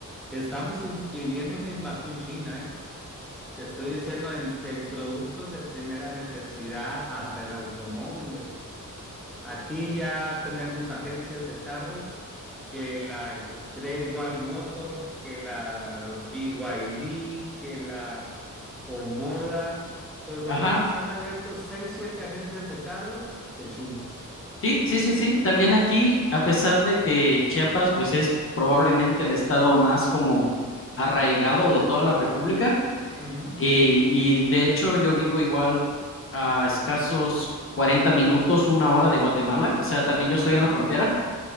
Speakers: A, in the centre; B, on the left (about 40°).
A: estamos in- viviendo una invasión china, ¿eh? Te estoy diciendo en, en productos de primera necesidad, hasta en automóviles. Aquí ya tenemos agencias de carros, que la Great Wall Motors, que la BYD, que la Omoda. Por lo
B: Ajá,
A: menos han abierto seis, siete agencias de carros de chinos.
B: sí, sí, sí, sí. También aquí, a pesar de que Chiapas, pues es probablemente el estado más como arraigado de toda la República,
A: Ujú.
B: eh, y de hecho yo vivo igual a escasos 40 minutos, una hora de Guatemala, o sea, también yo
A: Ajá,
B: estoy en la frontera.